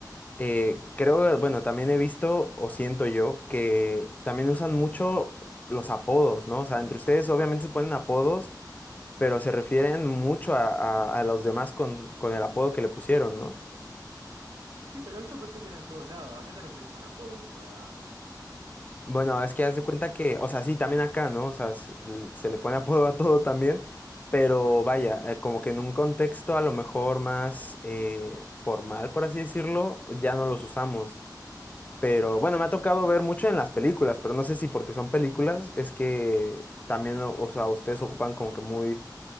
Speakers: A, on the left; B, on the right.
A: eh, creo, bueno, también he visto o siento yo que también usan mucho los apodos, ¿no? O sea, entre ustedes obviamente se ponen apodos, pero se refieren mucho a, a- a los demás con, con el apodo que le pusieron, ¿no?
B: Sí, pero eso pensé que era en todos lados. ¿A qué te referís con apodos? A...
A: Bueno, es que haz de cuenta que, o sea, sí, también acá, ¿no? O sea, s- l- se le pone apodo a todo también, pero vaya, eh, como que en un contexto a lo mejor más eh, formal, por así decirlo, ya no los usamos. Pero bueno, me ha tocado ver mucho en las películas, pero no sé si porque son películas es que también, o o sea, ustedes ocupan como que muy,